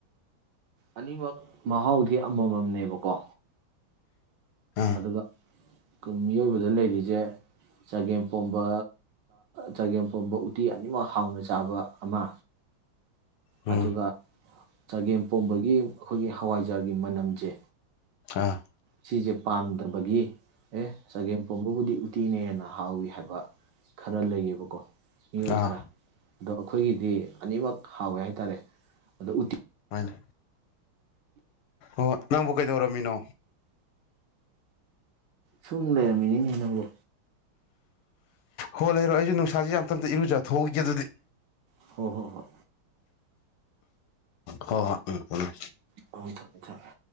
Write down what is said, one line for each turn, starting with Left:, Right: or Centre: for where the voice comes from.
Right: ꯑꯅꯤꯃꯛ ꯃꯍꯥꯎꯗꯤ ꯑꯃꯃꯝꯅꯦꯕꯀꯣ
Left: ꯑꯥ
Right: ꯑꯗꯨꯒ ꯃꯤꯑꯣꯏꯕꯗ ꯂꯩꯔꯤꯁꯦ ꯆꯒꯦꯝꯄꯣꯝꯕ ꯆꯒꯦꯝꯄꯣꯝꯕ ꯎꯇꯤ ꯑꯅꯤꯃꯛ ꯍꯥꯎꯅ ꯆꯥꯕ ꯑꯃ
Left: ꯎꯝ
Right: ꯑꯗꯨꯒ ꯆꯒꯦꯝ ꯄꯣꯝꯕꯒꯤ ꯑꯩꯈꯣꯏꯒꯤ ꯍꯋꯥꯏꯖꯥꯔꯒꯤ ꯃꯅꯝꯁꯦ
Left: ꯑ꯫
Right: ꯁꯤꯁꯦ ꯄꯥꯝꯗꯕꯒꯤ ꯑꯦ ꯆꯒꯦꯝ ꯄꯣꯝꯕꯕꯨꯗꯤ ꯎꯇꯤꯅ ꯍꯦꯟꯅ ꯍꯥꯎꯏ ꯍꯥꯏꯕ ꯈꯔ ꯂꯩꯌꯦꯕꯀꯣ ꯃꯤꯑꯣꯏ
Left: ꯑꯥ
Right: ꯈꯔ ꯑꯗꯣ ꯑꯩꯈꯣꯏꯒꯤꯗꯤ ꯑꯅꯤꯃꯛ ꯍꯥꯎꯋꯦ ꯍꯥꯏꯇꯥꯔꯦ ꯑꯗ ꯎꯇꯤ
Left: ꯃꯥꯅꯦ꯫ ꯑꯣ ꯅꯪꯕꯨ ꯀꯩꯗꯧꯔꯝꯃꯤꯅꯣ?
Right: ꯁꯨꯝ ꯂꯩꯔꯝꯃꯤꯅꯤꯅꯦ ꯅꯪꯕꯨ꯫
Left: ꯍꯣꯏ ꯂꯩꯔꯣꯏ ꯑꯩꯁꯨꯦ ꯅꯨꯡꯁꯥꯥꯁꯦ ꯌꯥꯝꯇꯟꯇ ꯏꯔꯨꯖꯥ ꯊꯣꯛꯈꯤꯒꯦ ꯑꯗꯨꯗꯤ꯫
Right: ꯍꯣꯏ - ꯍꯣꯏ- ꯍꯣꯏ꯫
Left: ꯍꯣ ꯍꯣ ꯎꯝ
Right: ꯑ ꯊꯝꯃꯦ- ꯊꯝꯃꯦ꯫